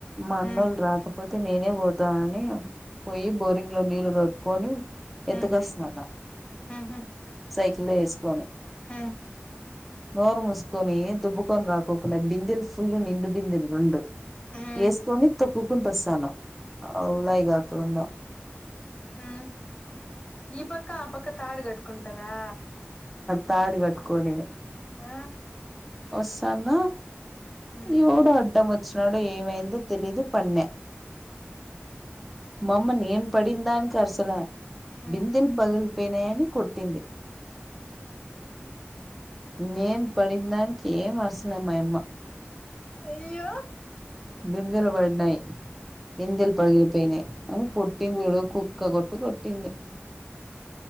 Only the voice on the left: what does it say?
హ్మ్ హ్మ్
హ్మ్
ఊహూ
హ్మ్
హ్మ్
హ్మ్ ఈ పక్క ఆ పక్క తాడు కట్టుకుంటారా
ఆ
హ్మ్
హ్మ్
అయ్యో